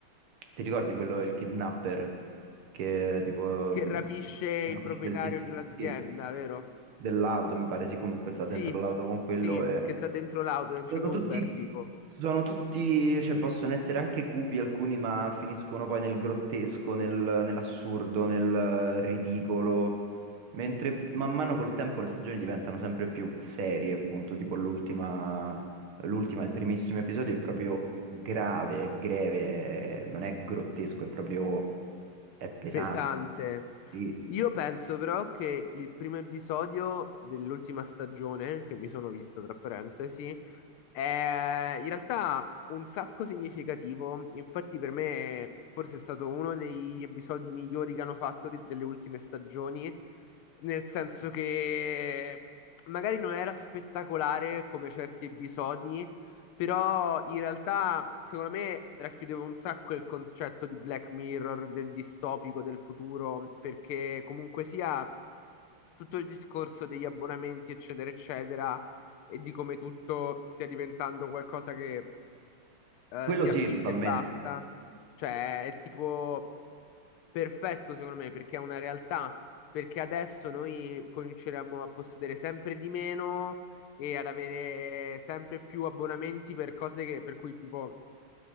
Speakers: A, on the right; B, on the left.
A: Ti ricordi quello, il kidnapper, che tipo
B: che
A: mh,
B: rapisce il
A: Sì. rapisce
B: proprietario
A: il tizio
B: di un'azienda,
A: sì,
B: vero?
A: dell'auto, mi pare, sì, comunque sta
B: Sì,
A: dentro l'auto con quello
B: sì,
A: e...
B: che sta dentro l'auto, dentro
A: Sono
B: l'Uber,
A: tutti,
B: tipo.
A: sono tutti, cioè possono essere anche cupi alcuni, ma finiscono poi nel grottesco, nel- nell'assurdo, nel eh, ridicolo. Mentre man mano col tempo le stagioni diventano sempre più serie, appunto, tipo l'ultima, l'ultima, il primissimo episodio è proprio grave, è greve, è- non è grottesco, è proprio, è pesante.
B: Pesante.
A: Sì.
B: Io penso però che il primo episodio dell'ultima stagione, che mi sono visto tra parentesi, è in realtà un sacco significativo. Infatti, per me, forse è stato uno degli episodi migliori che hanno fatto di- delle ultime stagioni, nel senso che magari non era spettacolare come certi episodi. Però in realtà, secondo me, racchiudeva un sacco il concetto di Black Mirror, del distopico del futuro, perché comunque sia tutto il discorso degli abbonamenti, eccetera, eccetera, e di come tutto stia diventando qualcosa che eh,
A: Quello
B: si
A: sì,
B: affitta
A: totalmente,
B: e basta. Cioè, è tipo perfetto secondo me perché è una realtà. Perché adesso noi cominceremo a possedere sempre di meno e ad avere sempre più abbonamenti per cose che, per cui tipo